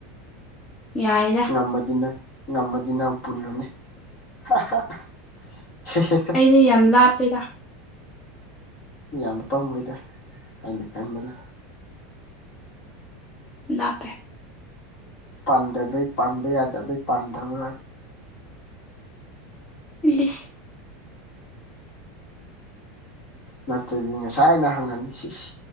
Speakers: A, on the left; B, on the left.
A: ꯌꯥꯏꯗ
B: ꯉꯝꯃꯗꯤꯅ ꯉꯝꯃꯗꯤꯅ ꯑꯃ ꯄꯨꯜꯂꯣꯅꯦ <unintelligible>
A: ꯑꯩꯗꯤ ꯌꯥꯝ ꯂꯥꯞꯄꯦꯗ
B: ꯌꯥꯝꯅ ꯄꯝꯃꯣꯏꯗ ꯑꯩꯅ ꯈꯟꯕꯗ
A: ꯂꯥꯛꯞꯄꯦ
B: ꯄꯥꯟꯗꯕꯩ ꯄꯥꯟꯕ ꯌꯥꯗꯕꯩ ꯄꯥꯟꯗꯕ ꯎ
A: ꯄꯁ
B: ꯅꯠꯇ꯭ꯔꯗꯤ ꯉꯁꯥꯏ ꯑꯅ ꯍꯪꯉꯅꯤ ꯁꯤꯁ